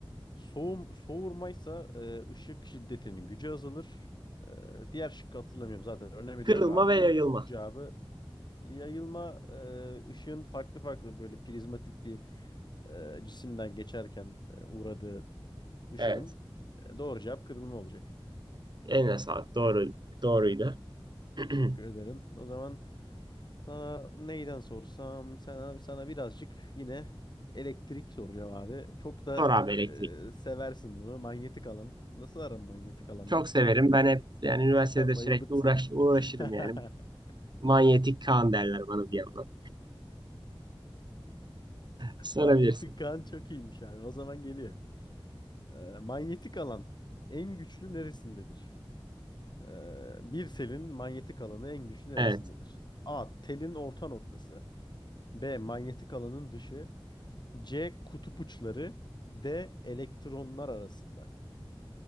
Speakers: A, on the left (about 50°); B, on the right (about 50°).
A: Soğum, soğurmaysa e, ışık şiddetinin gücü azalır. E, diğer şıkkı hatırlamıyorum zaten. Önemi
B: Kırılma
A: de yok abi.
B: ve
A: Bunun
B: yayılma.
A: doğru cevabı yayılma e, ışığın farklı farklı böyle prizmatik bir e, cisimden geçerken e, uğradığı ışınım.
B: Evet.
A: E, doğru cevap kırılma olacak.
B: Eline sağlık. Doğru, doğruydu. <clears throat>
A: Teşekkür ederim. O zaman sana neyden sorsam sana, sana birazcık yine elektrik soracağım abi. Çok da
B: Sor abi elektrik.
A: e, seversin bunu. Manyetik alan. Nasıl aran manyetik alanla?
B: Çok severim. Ben hep yani üniversitede
A: <laughs>
B: sürekli
A: Bayılırsın.
B: uğraş, uğraşırım
A: <laughs>
B: yani. Manyetik kan derler bana bir yandan. Sorabilirsin.
A: Manyetik alan çok iyiymiş abi. O zaman geliyor. Ee, manyetik alan en güçlü neresindedir? Ee, bir selin manyetik alanı en güçlü neresindedir?
B: Evet.
A: A. Telin orta noktası. B. Manyetik alanın dışı. C. Kutup uçları. D. Elektronlar arasında.